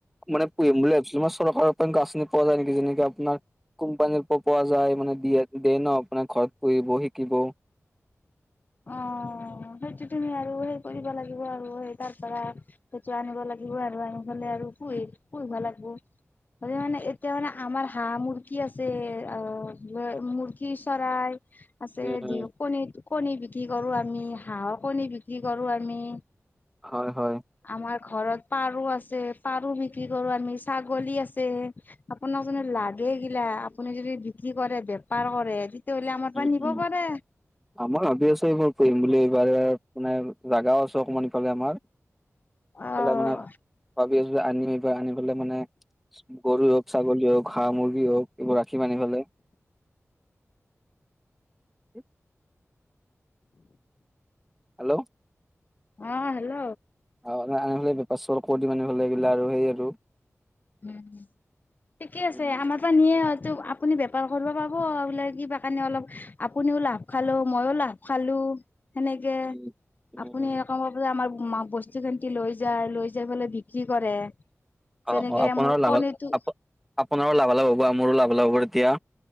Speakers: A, in the centre; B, on the left.
A: মানে পুহিম বুলি ভাবিছিলো মই। চৰকাৰৰ পৰা গ আছনি পোৱা যায় নেকি? যেনেকে আপোনাৰ কোম্পানীৰ পৰা পোৱা যায় মানে দিয়ে দিয়ে ন আপোনাৰ ঘৰত পুহিব শিকিব
B: অ, সেইটো তুমি আৰু সেই কৰিব লাগিব। আৰু তাৰ পৰা সেইটো আনিব লাগিব আৰু আনিবে আৰু পুহি পুহিব লাগিব। হয়, মানে এতিয়া মানে আমাৰ হাঁহ মুৰ্গী আছে অ', মুৰ্গী চৰাই। আছে
A: উম উম
B: য কণীত কণী বিক্ৰী কৰো আমি হাঁহৰ কণী বিক্ৰী কৰো আমি।
A: হয়, হয়।
B: আমাৰ ঘৰত পাৰ আছে, পাৰো বিক্ৰী কৰো আমি। ছাগলী আছে। আপোনাক যদি লাগে গিলা আপুনি যদি বিক্ৰী কৰে বেপাৰ কৰে তেনে হ'লে আমাৰ
A: উম
B: পৰা নিব
A: উম
B: পাৰে।
A: আমাৰ ভাবি আছো এইবোৰ পঢ়িম বুলি এইবাৰ এইবাৰ মানে জোগাও আছে অকমান ইফালে আমাৰ।
B: আহ।
A: ইফালে মানে ভাবি আনিম আনি পেলে মানে গৰু হওক ছাগলী হওক হা মুৰ্গী হওক এইবোৰ ৰাখি মানি ফালে। <unintelligible> হেল্ল'।
B: অ, হেল্ল'।
A: অ, আ হাললে বেপাৰ চ কৰি দিম আনিবাললে এইগিলা আৰু সেই আৰু।
B: উম, ঠিকে আছে
A: উম
B: আমাৰ পৰা নিয়ে আপুনি বেপাৰ কৰিব পাব বোলে কিবা-কানি অলপ আপুনিও লাভ খালো মইও লাভ খালো। সেনেকে
A: উম
B: আপুনি কম পাবলে আমাৰ বস্তু খিনিকি লৈ যায় লৈ যাই পেলাই বিক্ৰী কৰে। যেনেকে
A: অ', অ' আপোনাৰো
B: মোৰ
A: লাভ
B: কণীটো
A: আপোনাৰো লাভালাভ হ'ব, মোৰো লাভালাভ হ'ব তেতিয়া।